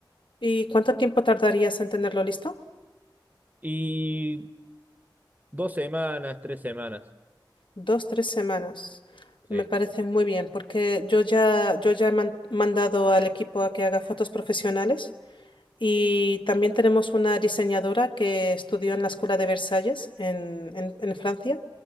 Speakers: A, on the left; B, on the right.
A: ¿Y cuánto tiempo tardarías en tenerlo listo?
B: Y dos semanas, tres semanas.
A: Dos, tres semanas. Me
B: Sí,
A: parece muy bien, porque yo ya, yo ya he man- mandado al equipo a que haga fotos profesionales. Y también tenemos una diseñadora que estudió en la Escuela de Versalles en, en- en Francia,